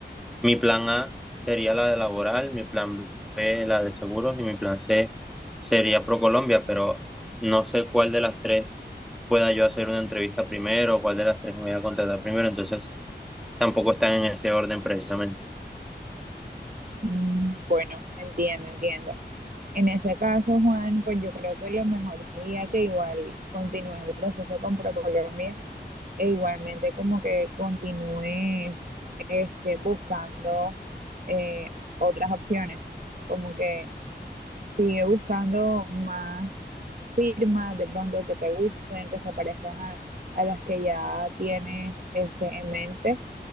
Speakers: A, in the centre; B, on the right (about 50°).
A: mi plan A sería la de laboral, mi plan B la de seguros y mi plan C sería ProColombia, pero no sé cuál de las tres pueda yo hacer una entrevista primero, o cuál de las tres me voy a contratar primero, entonces tampoco están en ese orden precisamente.
B: Mm, Bueno, entiendo, entiendo. En ese caso, Juan, pues yo creo que lo mejor sería que igual continúes el proceso con ProColombia e igualmente como que continúes este, buscando eh, otras opciones, como que sigue buscando más firmas de pronto que te gusten, que se parezcan a, a las que ya tienes este, en mente